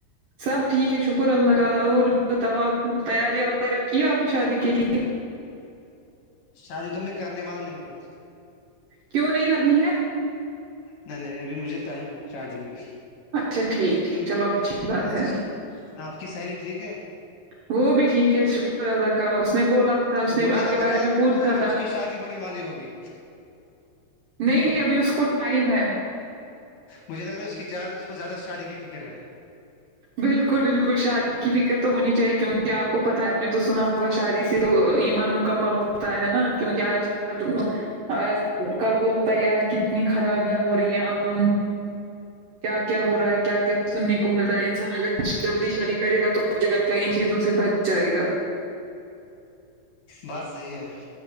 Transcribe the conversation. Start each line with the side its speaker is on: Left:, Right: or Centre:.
Right: سب ٹھیک ہے شکر اللہ کا اور بتاؤ آپ تیاریاں وغیرہ کی آپ نے شادی کے لیے
Left: شادی تو میں کرنے والا نہیں ہوں
Right: کیوں نہیں کرنی ہے
Left: نہیں نہیں ابھی مجھے ٹائم ہے شادی میں
Right: اچا ٹھیک ٹھیک چلو اچھی بات
Left: اچھا
Right: ہے
Left: آپ کی سہیلی ٹھیک ہے
Right: وہ بھی ٹھیک ہے شکر اللہ کا اس اس نے بولا تھا
Left: مجھے
Right: اس نے آپ
Left: لگ
Right: کے بارے
Left: رہا
Right: میں
Left: ہے مجھے
Right: پوچھا
Left: لگ رہا ہے اس
Right: تھا
Left: کی شادی ہونے والی ہوگی
Right: نہیں نہیں ابھی اس کو ٹائم ہے
Left: مجھے لگ رہا ہے اس کی اس کو زیادہ شادی کی فکر ہے
Right: بالکل بالکل شادی کی فکر تو ہونی چاہیے کیونکہ آپ کو پتہ ہے آپ نے تو سنا ہوگا شادی سے تو ایمان مکمل ہوتا ہے نا کیونکہ آج کل آج کل کو پتہ ہی ہے آج کتنی خرابیاں ہو رہی ہے آم کیا کیا ہو رہا ہے کیا کیا سننے کو مل رہا ہے انسان اگر جلدی شدی کرے گا تو مجھے لگتا ہے ان چیزوں سے بچ جائے گا
Left: بات صحیح ہے